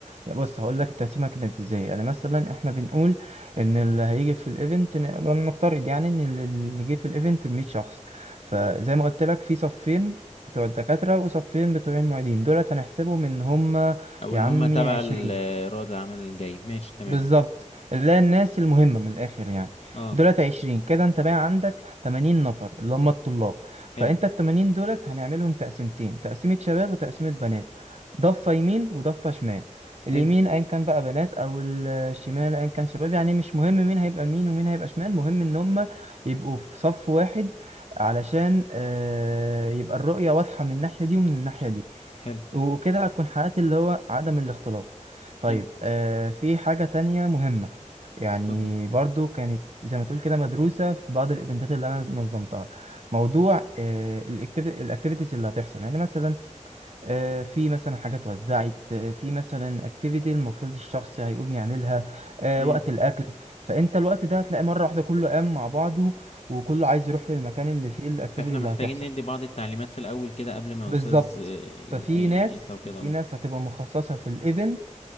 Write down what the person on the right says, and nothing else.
يعني بص هقول لك التقسيمه كانت ازاي يعني مثلا احنا بنقول ان اللي هيجي في الايفنت لو نفترض يعني ان اللي اللي جه في الايفنت ال 100 شخص فزي ما قلت لك في صفين بتوع الدكاتره وصفين بتوع المعيدين دولت هنحسبهم ان هم
يا
عمي
20
بالظبط اللي هي الناس المهمة من الآخر يعني
دولت عشرين كده انت بقى عندك تمانين نفر اللي هم الطلاب فانت
التمانين دولت هنعملهم تقسيمتين تقسيمة شباب وتقسيمة بنات ضفة يمين وضفة شمال اليمين
ايا كان بقى بنات او ال- الشمال ايا كان شباب يعني مش مهم مين هيبقى مين ومين هيبقى شمال مهم ان هم يبقوا في صف واحد علشان آه، يبقى الرؤية واضحة من الناحية دي ومن الناحية دي
وكده هتكون حققت اللي هو عدم الاختلاط طيب
آه في حاجة تانية مهمة يعني
برضو كانت زي ما تقول كده مدروسة في بعض الايفنتات اللي انا نظمتها موضوع آه الاكتيفيتيز اللي هتحصل يعني مثلا آه في مثلا حاجات اتوزعت آه، في مثلا اكتيفيتي المفروض الشخص هيقوم يعملها آه
وقت الاكل فانت الوقت ده هتلاقي مرة واحدة كله قام مع بعضه وكله عايز يروح للمكان اللي فيه الاكتيفيتي
اللي
هتحصل
بالظبط
ففي
ناس
في ناس هتبقى مخصصة في الايفنت